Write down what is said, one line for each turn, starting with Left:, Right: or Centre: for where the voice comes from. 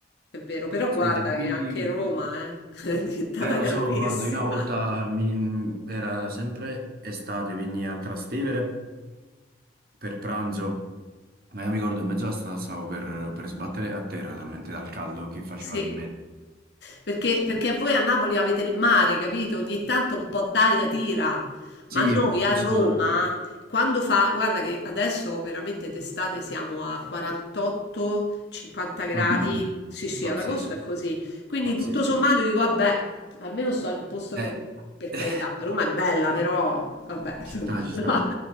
Left: è vero. Però
Right: Senti,
Left: guarda
Right: dimmi-
Left: che anche Roma, eh, <laughs> è diventata
Right: eh, lo
Left: caldissima.
Right: so, guarda, io una volta mi- era sempre estate, venni a Trastevere per pranzo, ma io mi ricordo in mezzo alla strada stavo per, per sbattere a terra talmente dal caldo che faceva
Left: Sì.
Right: lì in mezzo.
Left: Perché, perché voi a Napoli avete il mare, capito? Ogni tanto un po' d'aria tira,
Right: Sì,
Left: ma noi a
Right: assolutamente.
Left: Roma, quando fa, guarda che adesso veramente d'estate siamo a 48-50 gradi,
Right: Mamma mia,
Left: sì sì,
Right: pazzesco,
Left: ad agosto è così, quindi
Right: pazzesco.
Left: tutto sommato dico, vabbè, almeno sto in un posto
Right: Eh,
Left: che, per carità,
Right: <laughs>
Left: Roma è bella, però, vabbè, insomma,
Right: ci sta, ci
Left: <laughs> no,
Right: sta.